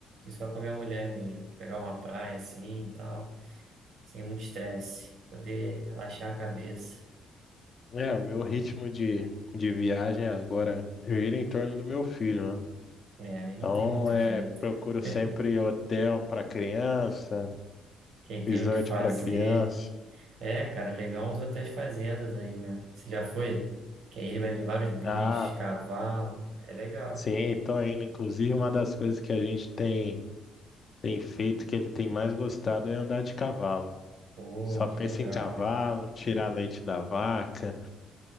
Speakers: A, on the right; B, on the left.
A: ir só com a minha mulher mesmo. Pegar uma praia assim e tal, sem muito estresse. Poder relaxar a cabeça.
B: É, o meu ritmo de, de viagem agora gira em torno do meu filho, né?
A: É, aí
B: Então,
A: não tem muito
B: é,
A: jeito.
B: procuro sempre
A: <laughs>
B: hotel para criança,
A: Quem tem
B: resort
A: o que fazer.
B: para criança.
A: É, cara, legal os hotéis fazendas aí, né? Você já foi? Que aí ele vai ver vários bichos,
B: Ah,
A: cavalo. É legal.
B: sim, tô indo. Inclusive, uma das coisas que a gente tem, tem feito, que ele tem mais gostado, é andar de cavalo.
A: Pô,
B: Só
A: que
B: pensa
A: legal.
B: em cavalo, tirar leite da vaca.